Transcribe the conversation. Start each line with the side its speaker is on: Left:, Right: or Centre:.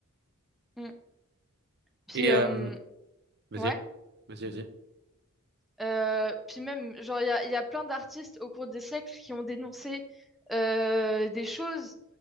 Centre: mm. Puis
Right: Et
Centre: euh,
Right: euh, vas-y,
Centre: ouais.
Right: vas-y, vas-y.
Centre: Euh, puis même, genre, il y a, il y a plein d'artistes au cours des siècles qui ont dénoncé euh, des choses